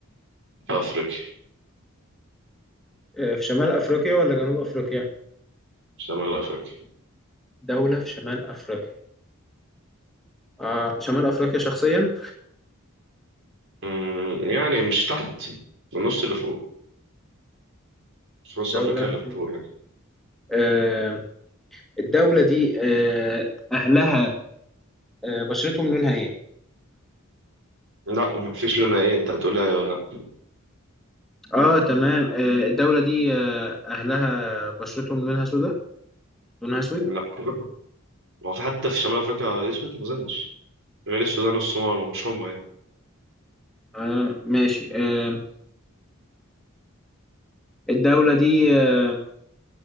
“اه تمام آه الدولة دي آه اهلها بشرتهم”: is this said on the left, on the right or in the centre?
Centre